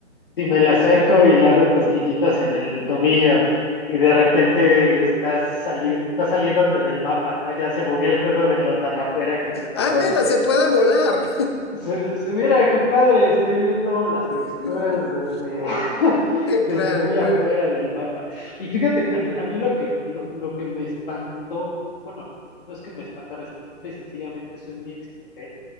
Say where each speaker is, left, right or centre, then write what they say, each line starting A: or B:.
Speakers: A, on the left; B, on the left.
A: si me la acerco y le hago cosquillitas en el tobillo y de repente estás, sali- estás saliéndote del mapa, ¿no? Ya se buguea el juego de lo tan afuera que te mandó.
B: Ah, mira, se puede volar.
A: Se, se- mira, qué padre, estoy viendo las texturas
B: <laughs>
A: desde, <laughs> desde
B: Claro, claro,
A: muy
B: claro.
A: afuera del mapa. Y fíjate, que a mí, a mí lo que, lo, lo que me espantó, bueno, no es que me espantara, sino simple y sencillamente soy muy exigente,